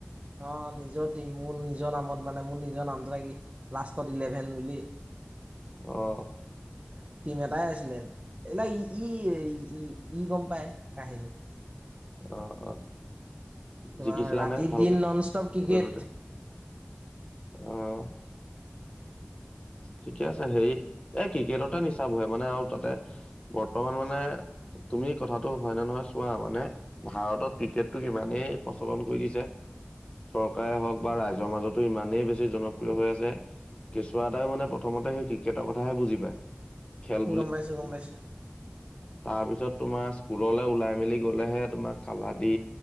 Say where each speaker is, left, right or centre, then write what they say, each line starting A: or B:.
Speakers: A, on the right; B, on the left.
A: অ' নিজৰ টিম মোৰ নিজৰ নামত মানে মোৰ নিজৰ নামটো লাগি লাষ্টত ইলেভেন বুলি <inaudible>
B: অহ'
A: এহ টিম এটাই আছিলে এইবিলাক ই ই ই গ'ম পায় কাহিনীৰ
B: অ' অ'
A: তোমাৰ
B: জিকিছিলানে
A: ৰাতি
B: ভালকে
A: দিন নন ষ্টপ ক্ৰিকেট
B: য'তে ততেই অহ' ঠিকে আছে হেৰি এ ক্ৰিকেটতে নিচাহ বহে মানে আৰু তাতে বৰ্তমান মানে তুমি কথাটো হয় নে নহয় চোৱা মানে ভাৰতত ক্ৰিকেটটো ইমানেই প্ৰচলন কৰি দিছে। চৰকাৰে হওঁক বা ৰাইজৰ মাজতো ইমানেই বেছি জনপ্ৰিয় হৈ আছে, কেচুৱা এটাই মানে প্ৰথমতে সেই ক্ৰিকেটৰ কথাহে বুজি পায়। খেল
A: গম পাইছো গম পাইছো।
B: তাৰ পিছত তোমাৰ স্কুললৈ ওলাই মেলি গলেহে তোমাৰ কাবাডী